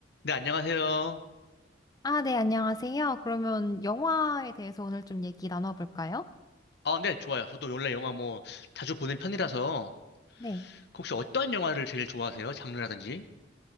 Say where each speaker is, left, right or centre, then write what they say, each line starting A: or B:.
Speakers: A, on the left; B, on the left.
A: 네, 안녕하세요.
B: 아, 네, 안녕하세요. 그러면 영화에 대해서 오늘 좀 얘기 나눠볼까요?
A: 아, 네, 좋아요. 저도 원래 영화 뭐 자주 보는 편이라서
B: 네.
A: 혹시 어떤 영화를 제일 좋아하세요? 장르라든지?